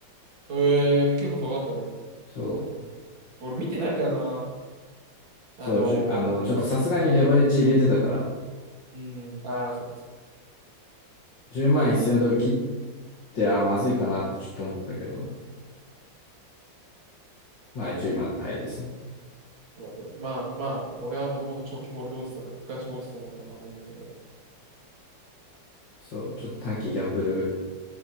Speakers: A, on the right; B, on the left.
A: うんえー、結構すごかったね。
B: そう、
A: 俺見てないからな。あのー、
B: そう、じゅ、あの、ちょっとさすがにレバレッジ入れてたから、
A: うん、ああ、そうか、そ
B: 10万1千ドル切って、あ、まずいかなってちょっと思ったけど、まあ一応今耐えですね。
A: うか。待って。まあ、まあ、俺はもともと長期ホールドおじさんだ、ガチホールドおじさんだから、まあいいんだけど。
B: そう、ちょっと短期ギャンブル、